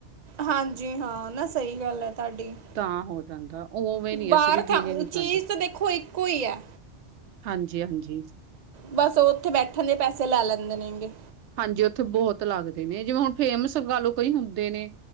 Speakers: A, on the right; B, on the right.
A: ਹਾਂਜੀ ਹਾਂ, ਨਾ ਸਹੀ ਗੱਲ ਹੈ ਤੁਹਾਡੀ।
B: ਤਾਂ ਹੋ ਜਾਂਦਾ, ਉਵੇਂ
A: ਬਾਹਰ
B: ਨੀ ਅਸੀਂ ਵੀ ਦਿਨੇ‌
A: ਖਾ
B: ਨੀ ਖਾਂਦੇ।
A: ਚੀਜ਼ ਤਾਂ ਦੇਖੋ ਇੱਕੋ ਹੀ ਹੈ
B: ਹਾਂਜੀ ਹਾਂਜੀ।
A: ਬਸ ਉਹ ਉੱਥੇ ਬੈਠਣ ਦੇ ਪੈਸੇ ਲੈ ਲੈਂਦੇ ਨੇਗੇ਼।
B: ਹਾਂਜੀ ਉੱਥੇ ਬਹੁਤ ਲੱਗਦੇ ਨੇ, ਜਿਵੇਂ ਹੁਣ ਫੇਮਸ ਗੱਲ ਕਈ ਹੁੰਦੇ ਨੇ।